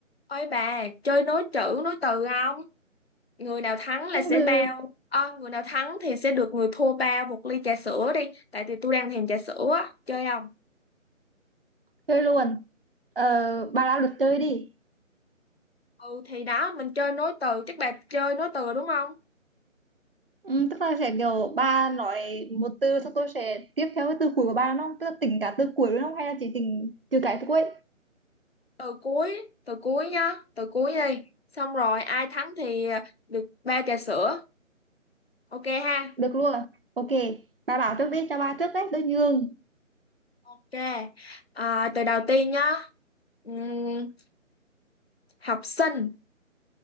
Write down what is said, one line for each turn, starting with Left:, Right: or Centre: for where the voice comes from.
Left: Ôi bà, chơi nối chữ, nối từ không? Người nào thắng là
Right: cũng
Left: sẽ
Right: được
Left: bao. Ờ, người nào thắng thì sẽ được người thua bao một ly trà sữa đi. Tại vì tôi đang thèm trà sữa á. Chơi không?
Right: chơi luôn ờ, bà ra luật chơi đi
Left: Ừ thì đó, mình chơi nối từ. Chắc bà chơi nối từ đúng không?
Right: ừ, tức là sẽ kiểu bà nói một từ xong tôi sẽ tiếp theo cái từ cuối của bà đúng không tức là tính cả từ cuối đúng không hay là chỉ tính trừ cái từ cuối
Left: Từ cuối, từ cuối nhá. Từ cuối đi. Xong rồi, ai thắng thì được bao trà sữa. Ok ha?
Right: được luôn ok bà bảo trước đi cho bà trước đấy tôi nhường
Left: Ok. À, từ đầu tiên nhá. Ừm, học sinh.